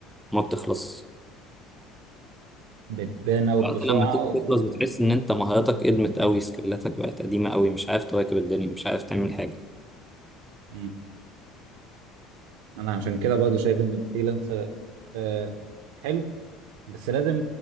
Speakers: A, in the centre; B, on the right.
A: ما بتخلص
B: بتبان اوت
A: وقت
B: بسرعه
A: لما تيجي
B: و
A: تخلص بتحس ان انت مهاراتك قدمت قوي سكيلاتك بقت قديمة قوي مش عارف تواكب الدنيا مش عارف تعمل حاجة
B: مم. انا عشان كده برضه شايف ان الفريلانسر آه حلو بس لازم